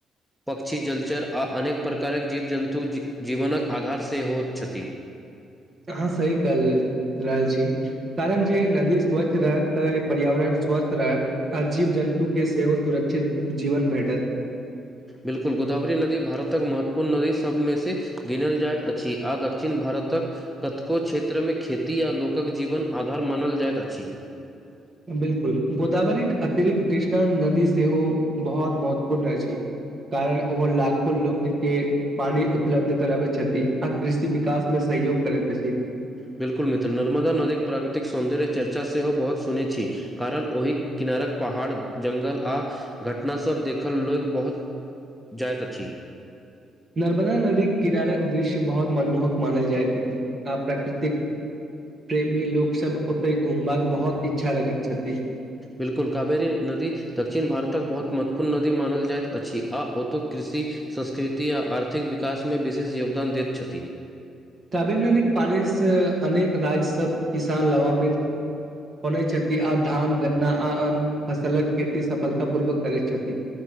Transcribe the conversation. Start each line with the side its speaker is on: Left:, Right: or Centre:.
Centre: पक्षी जलचर आ अनेक प्रकारक जीव जन्तु जीवनक आधार से होइत छथि
Right: अहाँ सही कहल रहैल छी कारण जे नदी स्वच्छ रहत तऽ पर्यावरण स्वास्थ्य रहत आ जीव जन्तु के सेहो सुरक्षित जीवन भेटत
Centre: बिल्कुल गोदाावरी नदी भारतक महत्वपूर्ण नदी सभमे से गिनल जाइत अछि आ दक्षिण भारतक कतेको क्षेत्रमे खेती आ लोकक जीवन आधार मानल जाइत अछि
Right: बिलकुल गोदावरीक अतिरिक्त कृष्णा नदी सेहो बहुत महत्वपूर्ण अछि कारण ओहो लाखो लोक के पानि उपलब्ध कराबैत छथि आ कृषि विकास मे सहयोग करैत अछि
Centre: बिल्कुल मित्र नर्मदा नदीक प्राकृतिक सौन्दर्य चर्चा सेहो बहुत सुनैत छी कारण ओहि किनारक पहाड़ जंगल आ घटना सब देखल लोक बहुत जायत अछि
Right: नर्मदा नदी किनारक दृश्य बहुत मनमोहक मानल जाइती अति आ प्राकृतिक प्रेमी लोक सब ओते घूमबाक के बहुत इच्छा रखैत छथि
Centre: बिल्कुल कावेरी नदी दक्षिण भारतक बहुत महत्वपूर्ण नदी मानल जाइत अछि आ ओतु कृषि संस्कृति आ आर्थिक विकासमे विशेष योगदान दैत छथि
Right: काबेरी नदी के पानी से अनेक राज्य सब किसान लभामित होने छथि आ धान गन्ना आ अन्य फसलक खेती सफलता पूर्वक करैत छथि